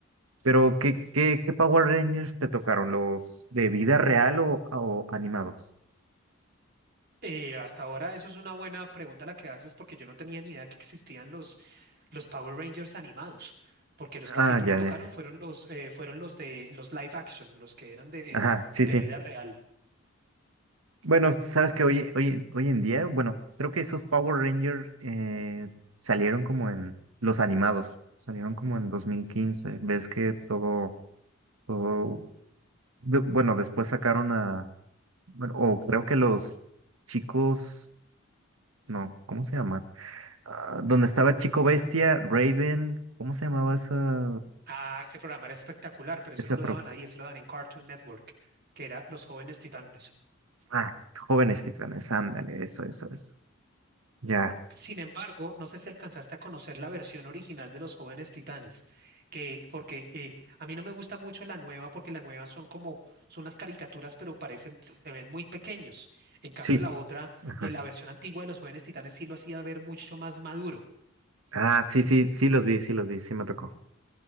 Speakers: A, on the right (about 70°); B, on the right (about 45°).
A: Pero, ¿qué, qué, qué Power Rangers te tocaron? ¿Los de vida real o, o animados?
B: Eh, hasta ahora, eso es una buena pregunta la que haces porque yo no tenía ni idea que existían los, los Power Rangers animados, porque los que
A: Ah,
B: siempre
A: ya,
B: me tocaron
A: ya.
B: fueron los, eh, fueron los de los live action, los que eran de,
A: Ajá, sí,
B: de
A: sí.
B: vida real.
A: Bueno, sabes que hoy, hoy, hoy en día, bueno, creo que esos Power Rangers eh, salieron como en los animados, salieron como en dos mil quince Ves que todo, todo, bu- bueno, después sacaron a, bueno, o creo que los chicos, no, ¿cómo se llama? ah, donde estaba Chico Bestia, Raven, ¿cómo se llamaba esa,
B: Ah, ese programa era espectacular, pero eso
A: esa
B: no lo
A: pro-
B: daban ahí, eso lo daban en Cartoon Network, que era Los Jóvenes Titanes.
A: Ah, Jóvenes Titanes, ándale, eso, eso, eso. Ya,
B: Sin embargo, no sé si alcanzaste a conocer la versión original de Los Jóvenes Titanes, que porque eh, a mí no me gusta mucho la nueva, porque la nueva son como son unas caricaturas, pero parecen se ven muy pequeños. En cambio,
A: sí,
B: la otra,
A: ajá.
B: eh, la versión antigua de Los Jóvenes Titanes sí lo hacía ver mucho más maduro.
A: Ah, sí, sí, sí los vi, sí los vi, sí me tocó.